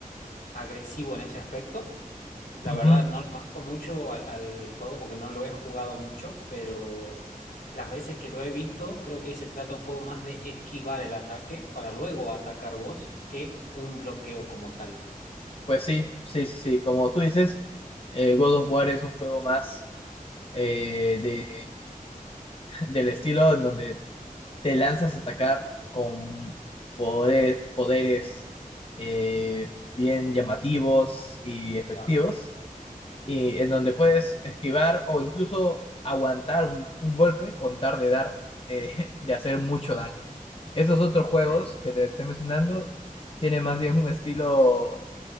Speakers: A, on the left; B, on the left.
A: agresivo en ese aspecto. La
B: Ujú.
A: verdad, no lo conozco mucho al, al juego porque no lo he jugado mucho, pero las veces que lo he visto, creo que se trata un juego más de esquivar el ataque para luego atacar vos que un bloqueo como tal.
B: Pues sí, sí, sí, sí, como tú dices, eh, God of War es un juego más eh, de, <laughs> del estilo en donde te lanzas a atacar con poderes, poderes eh, bien llamativos y efectivos,
A: Claro.
B: y en donde puedes esquivar o incluso aguantar un, un golpe con tal de dar, eh, <laughs> de hacer mucho daño. Esos otros juegos
A: Sí, sí,
B: que te estoy mencionando tienen más bien un estilo